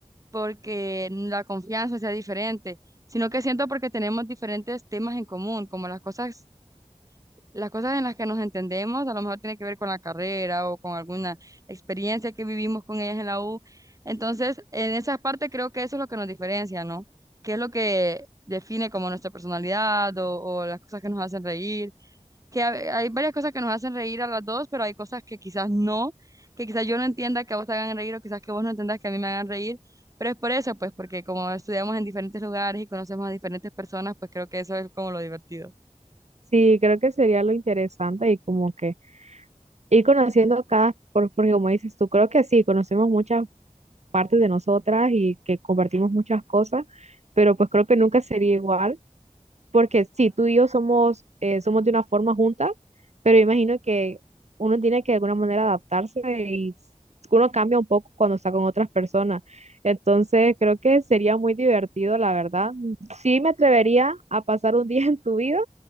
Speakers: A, on the right; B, on the right.
A: porque la confianza sea diferente, sino que siento porque tenemos diferentes temas en común, como las cosas Las cosas en las que nos entendemos, a lo mejor tiene que ver con la carrera o con alguna experiencia que vivimos con ellas en la U. Entonces, en esa parte creo que eso es lo que nos diferencia, ¿no? ¿Qué es lo que define como nuestra personalidad o, o las cosas que nos hacen reír? Que ha- hay varias cosas que nos hacen reír a las dos, pero hay cosas que quizás no, que quizás yo no entienda que a vos te hagan reír o quizás que vos no entendas que a mí me hagan reír. Pero es por eso, pues, porque como estudiamos en diferentes lugares y conocemos a diferentes personas, pues creo que eso es como lo divertido.
B: sí, creo que sería lo interesante y como que ir conociendo cada, por- porque como dices tú, creo que sí, conocemos muchas partes de nosotras y que compartimos muchas cosas, pero pues creo que nunca sería igual porque sí, tú y yo somos, eh, somos de una forma juntas, pero imagino que uno tiene que de alguna manera adaptarse y s- uno cambia un poco cuando está con otras personas. Entonces, creo que sería muy divertido, la verdad. Sí me atrevería a pasar un <laughs> día en tu vida,